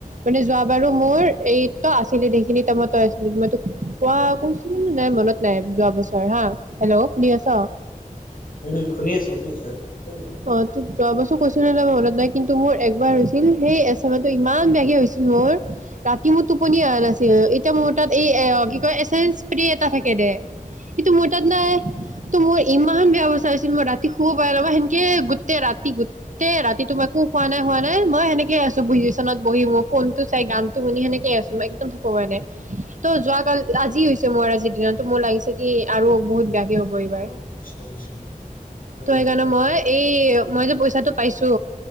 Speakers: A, on the right; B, on the left.
A: মানে যোৱাবাৰো মোৰ এই তই আছিলি সেইখিনি তাইমত তই আছিলি মই তোক কোৱা কৈছিলো, নে নাই মনত নাই যোৱা বছৰ হা হেল্ল' শুনি আছ?
B: উম শুনি আছো শুনি আছো আৰু জানো
A: অ তোক যোৱা বছৰ কৈছো মনত নাই কিন্তু মোৰ একবাৰ হৈছিল সেই এষ্টমাটো ইমান বেয়াকে হৈছিল, মোৰ ৰাতি মোৰ টোপনি অহা নাছিল এতিয়া মোৰ তাত এই এ কি কয় এচ এন স্প্ৰি এটা থাকে দে এইটো মোৰ তাত নাই ত মোৰ ইমান বেয়া অৱস্থা হৈছিল মই ৰাতি শুব পৰা নাই মই সেনকে গোটে ৰাতি গোটেই ৰাতি তোমাৰ একো খোৱা নাই হোৱা নাই মই সেনেকে আছো পজিচনত বহি মোৰ ফোনটো চাই গানটো শুনি সেনেকে আছো একদম থাকিব পৰা নাই, ত যোৱা কালি আজি হৈছে মোৰ আজিৰ দিনতো মোৰ লাগিছে কি আৰু বহুত বেয়াকে হব এইবাৰ
B: অ কৃষ্ণ কৃষ্ণ হয়
A: ত
B: নেকি
A: সেইকাৰণে মই এই মই যে তাতো পাইছো,